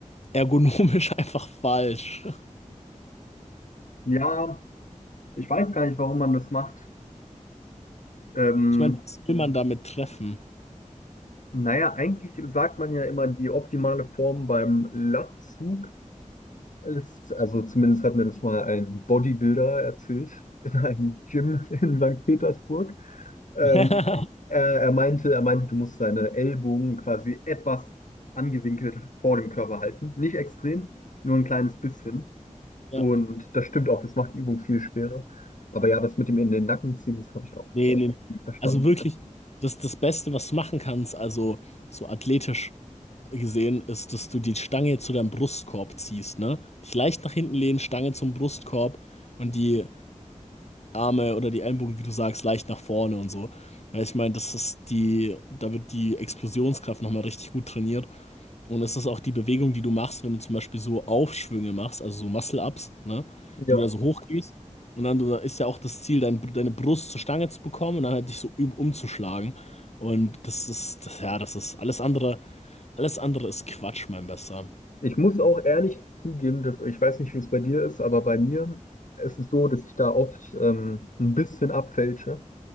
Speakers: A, on the left; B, on the left.
A: ergonomisch <laughs> einfach falsch.
B: Ja, ich weiß gar nicht, warum man das macht. Ähm,
A: Ich meine, was will man damit treffen?
B: naja, eigentlich sagt man ja immer, die optimale Form beim Latzug ist, also zumindest hat mir das mal ein Bodybuilder erzählt <laughs> in einem Gym in St. Petersburg. Ähm,
A: <laughs>
B: er, er meinte, er meinte, du musst deine Ellbogen quasi etwas angewinkelt vor dem Körper halten. Nicht extrem, nur ein kleines bisschen.
A: Ja,
B: Und das stimmt auch, das macht die Übung viel schwerer. Aber ja, das mit dem in den Nacken ziehen, das habe ich auch
A: nee,
B: äh,
A: nee.
B: nie verstanden.
A: Also wirklich, das, das Beste, was du machen kannst, also so athletisch gesehen, ist, dass du die Stange zu deinem Brustkorb ziehst, ne? Dich leicht nach hinten lehnen, Stange zum Brustkorb und die Arme oder die Ellenbogen, wie du sagst, leicht nach vorne und so. Weil ich meine, das ist die, da wird die Explosionskraft nochmal richtig gut trainiert. Und es ist auch die Bewegung, die du machst, wenn du zum Beispiel so Aufschwünge machst, also so Muscle-Ups, ne?
B: Ja,
A: Wenn du da so hochgehst und dann du, ist ja auch das Ziel, dein, deine Brust zur Stange zu bekommen und dann halt dich so üb- umzuschlagen. Und das ist, das, ja, das ist alles andere, alles andere ist Quatsch, mein Bester.
B: ich muss auch ehrlich zugeben, dass ich weiß nicht, wie es bei dir ist, aber bei mir ist es so, dass ich da oft ähm, ein bisschen abfälsche